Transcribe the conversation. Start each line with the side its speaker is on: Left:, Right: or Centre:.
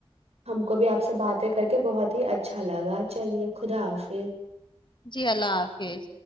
Right: ہم کو بھی آپ سے باتیں کر کے بہت ہی اچھا لگا چلیے خدا حافظ
Left: جی اللہ حافظ